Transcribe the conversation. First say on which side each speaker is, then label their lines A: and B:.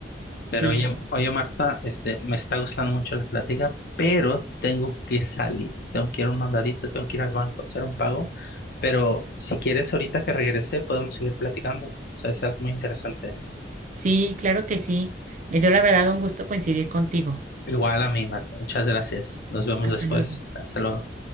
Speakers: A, on the right; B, on the left.
A: Sí,
B: Pero oye, oye Marta, este, me está gustando mucho la plática, pero tengo que salir, tengo que ir a un mandadito, tengo que ir al banco a hacer un pago, pero si quieres ahorita que regrese podemos seguir platicando, o sea, es algo muy interesante.
A: sí, claro que sí. Me dio la verdad un gusto coincidir contigo.
B: Igual a mí, Marta, muchas gracias, nos vemos
A: Hasta
B: después,
A: luego.
B: hasta luego.